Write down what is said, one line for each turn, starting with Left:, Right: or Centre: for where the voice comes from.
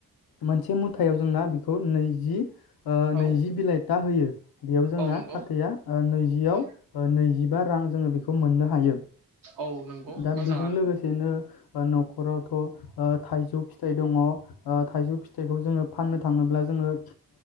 Left: मोनसे मुथायाव जोंना बेखौ नैजि ओ
Right: औ
Left: नैजि बिलाइ दा होयो। बेयाव जोंना
Right: औ नंगौ
Left: फाथैया नैजियाव
Right: औ
Left: नैजिबा रां जोङो बेखौ मोननो हायो।
Right: औ नंगौ
Left: दा
Right: मोजाङानो
Left: बेजों लोगोसेनो न'खरावथ' थाइजौ फिथाइ दङ। थाइजौ फिथाइखौ जोङो फाननो थाङोब्ला जोङो